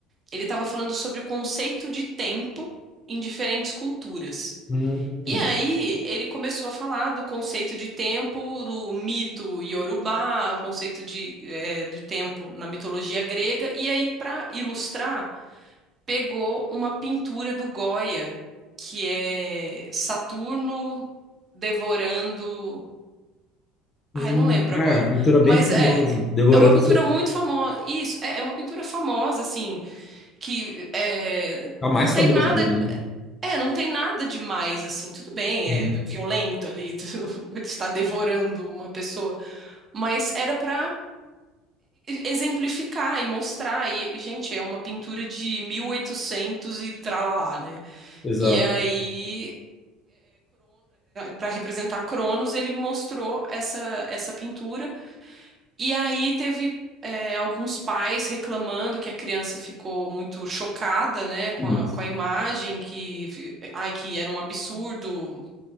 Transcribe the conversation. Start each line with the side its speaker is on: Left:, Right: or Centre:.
Right: ele estava falando sobre o conceito de tempo em diferentes culturas.
Left: Hum.
Right: E aí ele começou a falar do conceito de tempo do mito Yorubá, o conceito de, eh, de tempo na mitologia grega. E aí, para ilustrar, pegou uma pintura do Goya, que é Saturno devorando.
Left: Hum.
Right: Ah, eu não lembro
Left: Ah,
Right: agora.
Left: é uma pintura bem
Right: Mas
Left: famosa.
Right: é,
Left: Devorando,
Right: é uma pintura muito famosa. Isso, é, é uma pintura famosa, assim, que é,
Left: a mais
Right: não tem
Left: famosa
Right: nada,
Left: dele, né?
Right: é, não tem nada demais assim. Tudo bem,
Left: Hum,
Right: é violento ali, <laughs> tu está devorando uma pessoa, mas era para exemplificar e mostrar. E, gente, é uma pintura de mil e oitocentos e tralalá, né?
Left: Exato.
Right: E aí para representar Cronos, ele mostrou essa, essa pintura e aí teve é, alguns pais reclamando que a criança ficou muito chocada, né, com
Left: Hum,
Right: a, com a imagem, que, fi- ai, que era um absurdo,